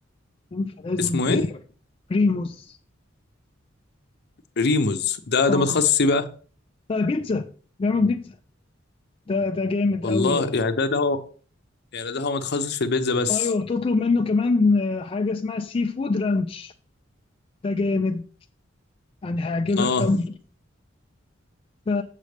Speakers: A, on the left; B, on the left.
A: فاهم؟ فلازم
B: اسمه ايه
A: بريموس
B: ريموز ده
A: طبعا
B: ده متخصص إيه بقى
A: آه، بيتزا بيعمل بيتزا ده ده جامد
B: والله
A: أوي يعني
B: يعني ده ده هو يعني ده هو متخصص في البيتزا بس
A: أيوة وتطلب منه كمان آه، حاجة اسمها سي فود رانش ده جامد يعني هيعجبك
B: اه
A: أوي ف...